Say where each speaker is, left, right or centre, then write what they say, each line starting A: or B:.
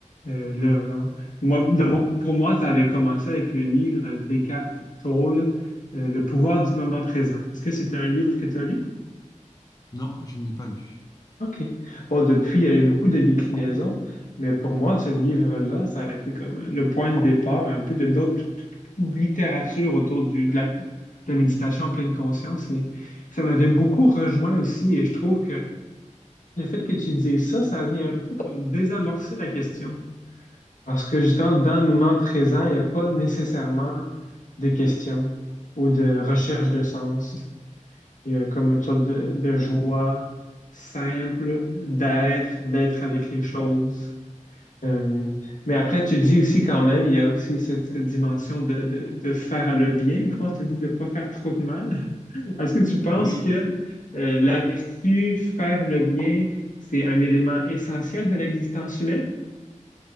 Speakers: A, on the left (about 80°); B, on the left (about 30°).
A: Euh, le- moi, le monde- pour moi, ça avait commencé avec le livre Descartes, Toll, euh, Le pouvoir du moment présent. Est-ce que c'est un livre que tu as lu?
B: Non, je ne l'ai pas lu.
A: OK. Bon, depuis, il y a eu beaucoup de déclinaisons, mais pour moi, ce livre-là, ça a été comme le point de départ un peu de d'autres toute toute une littérature autour du, de la, de la méditation en pleine conscience. Et ça m'avait beaucoup rejoint aussi, et je trouve que le fait que tu dises ça, ça vient un peu comme désamorcer la question. Parce que justement, dans le moment présent, il n'y a pas nécessairement de questions ou de recherche de sens. Il y a comme une sorte de, de joie simple d'être, d'être avec les choses. Euh, mais après, tu dis aussi quand même, il y a aussi cette, cette dimension de, de, de faire le bien, ou je pense que tu dis de ne pas faire trop de mal. <laughs> Est-ce que tu penses
B: Oui,
A: que euh, la vertu, faire le bien, c'est un élément essentiel de l'existence humaine?